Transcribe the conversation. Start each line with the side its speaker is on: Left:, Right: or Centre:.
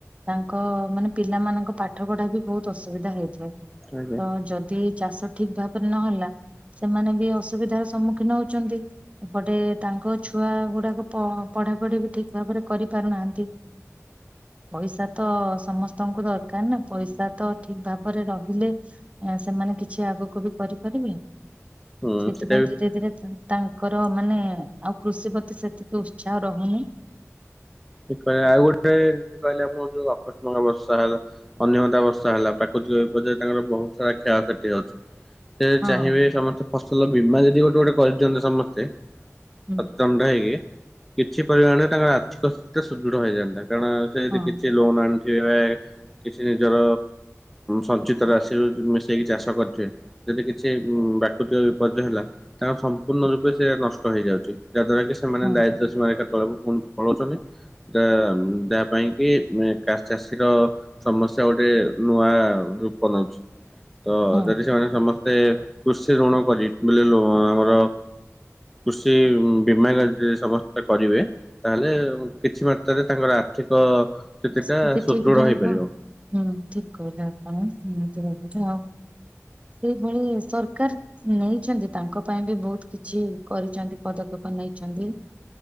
Right: ତାଙ୍କ ମାନେ ପିଲାମାନଙ୍କ ପାଠ ପଢା ବି ବହୁତ ଅସୁବିଧା ସୁବିଧା ହେଇଥାଏ
Centre: ଆଜ୍ଞା
Right: ତ ଯଦି ଚାଷ ଠିକ ଭାବରେ ନହେଲା ସେମାନେ ବି ଅସୁବିଧାର ସମ୍ମୁଖୀନ ହଉଛନ୍ତି! ଏପଟେ ତାଙ୍କ ଛୁଆ ଗୁଡାକ ପ ପଢା ପଢି ବି ଠିକ ଭାବରେ କରି ପାରୁନାହାନ୍ତି ପଇସା ତ ସମସ୍ତଙ୍କୁ ଦରକାର ନା ପଇସା ତ ଠିକ ଭାବରେ ରହିଲେ ସେମାନେ କିଛି ଆଗକୁ ବି କରିପାରିବି
Centre: ହୁଁ
Right: ସେଥିପାଇଁ
Centre: ସେଇଟା ବି
Right: ଧୀରେ ଧୀରେ ତ ତାଙ୍କର ମାନେ ଆଉ କୃଷି ପ୍ରତି ସେତିକି ଉତ୍ସାହ ରହୁନି
Centre: ଠିକ କହିଲେ ଆଉ ଗୋଟେ କହିଲେ ଆପଣ ଯୋଉ ଆକସ୍ମିକ ବର୍ଷା ହେଲା ଅନିୟମିତା ବର୍ଷା ହେଲା ପ୍ରାକୃତିକ <unintelligible> ବିପର୍ଯ୍ୟୟରେ ତାଙ୍କର ବହୁତ ସାରା କ୍ଷୟକ୍ଷତି ହଉଛି ସେ
Right: ହଁ
Centre: ଚାହିଁବେ ସମସ୍ତେ ଫସଲ ବୀମା ଯଦି ଗୋଟେ ଗୋଟେ କରିଦିଅନ୍ତେ ସମସ୍ତେ
Right: ହୁଁ
Centre: ପ୍ରଚଣ୍ଡ ହେଇକି କିଛି ପରିମାଣରେ ତାଙ୍କର ଆର୍ଥିକ ସ୍ଥିତି ସୁଦୃଢ ହେଇଯାନ୍ତା କଣ ସେ ସେଠି
Right: ହଁ
Centre: କିଛି ଲୋନ ଆଣିନି <unintelligible> କିଛି ନିଜର ସଞ୍ଚିତ ରାଶିରୁ ମିଶେଇକି ଚାଷ କରିଥିବେ ଯଦି କିଛି ପ୍ରାକୁୃତିକ ବିପର୍ଯ୍ୟୟ ହେଲା ତାହା ହେଲେ ସମ୍ପୂର୍ଣ୍ଣ ରୂପେ ସେ ନଷ୍ଟ ହେଇଯାଉଛି ଯାହାଦ୍ୱାରା କି ସେମାନେ
Right: ହଁ
Centre: ଦାୟିତ୍ଵ ସେମାନେ ଏକା ପୁଣି ତଳକୁ ପୁଣି ପଳାଉଛନ୍ତି ତ ଯାହା ପାଇଁ କି ଚାଷୀ ଚାଷୀର ସମସ୍ୟା ଗୋଟେ ନୂଆ ରୂପ ନଉଛି ତ
Right: ହଁ
Centre: ଯଦି ସେମାନେ ସମସ୍ତେ କୃଷି ଋଣ କରି ବୋଇଲେ ଆମର କୃଷି ବୀମା ସମସ୍ତେ କରିବେ ତାହେଲେ କିଛି ମାତ୍ରାରେ ତାଙ୍କର ଆର୍ଥିକ ସ୍ଥିତିଟା
Right: ସ୍ଥିତି
Centre: ସୁଦୃଢ
Right: ଠିକ ରହିବ
Centre: ହେଇପାରିବ।
Right: ହୁଁ ଠିକ୍ କହିଲେ ଆପଣ ଏମତି ଭାବରେ ଆଉ ସେଇଭଳି ସରକାର ନେଇଛନ୍ତି ତାଙ୍କ ପାଇଁ ବି ବହୁତ କିଛି କରିଛନ୍ତି ପଦକ୍ଷେପ ନେଇଛନ୍ତି